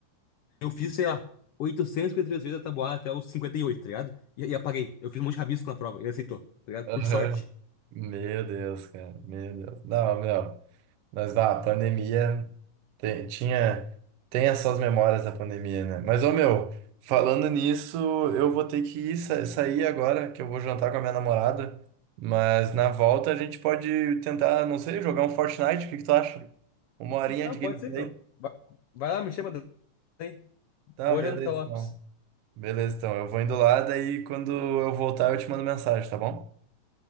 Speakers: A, on the left (about 70°); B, on the right (about 70°).
A: Eu fiz, sei lá, 853 vezes a tabuada até os 58, tá ligado? E, e apaguei. Eu fiz um monte de rabisco na prova, ele aceitou, tá ligado?
B: Aham.
A: Por sorte.
B: Meu Deus, cara. Meu Deus. Não, meu. Mas ah, a pandemia tem, tinha, tem essas memórias da pandemia, né? Mas, ô meu, falando nisso, eu vou ter que ir, sa- sair agora, que eu vou jantar com a minha namorada. Mas na volta a gente pode tentar, não sei, jogar um Fortnite, o que que tu acha? Uma horinha
A: Não,
B: de
A: pode
B: gameplay?
A: ser, meu. Vai, vai lá, me chama daí.
B: Tá,
A: Boa
B: beleza
A: janta, Lopes.
B: então. Beleza então, eu vou indo lá, daí quando eu voltar eu te mando mensagem, tá bom?